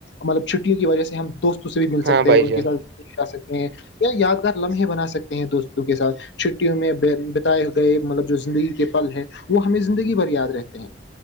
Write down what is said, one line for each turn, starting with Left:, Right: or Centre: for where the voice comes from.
Left: مطلب چھٹیوں کی وجہ سے ہم دوستوں سے بھی ب
Right: ہاں
Left: ان
Right: بھائی جان
Left: کے ساتھ آا سکتے ہیں یا یادگار لمحے بنا سکتے ہیں دوستوں کے ساتھ چھٹیوں میں بتائے گئے مطلب جو زندگی کے پل ہیں وہ ہمیں زندگی بھر یاد رہتے ہیں